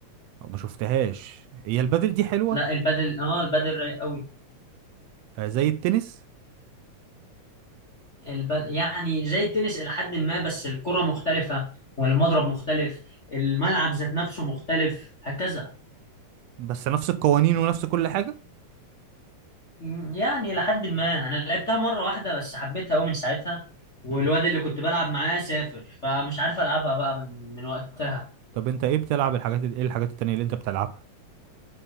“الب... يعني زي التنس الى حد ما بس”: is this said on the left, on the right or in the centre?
Left